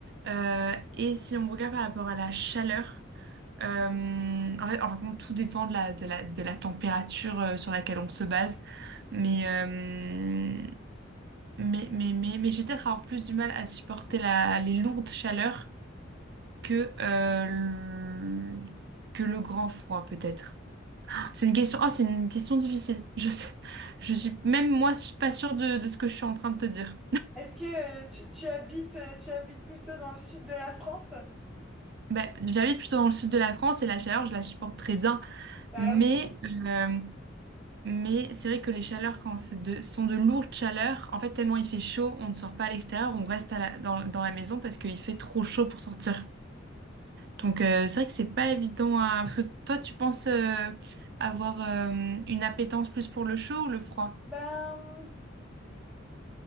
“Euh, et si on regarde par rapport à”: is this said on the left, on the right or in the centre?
Right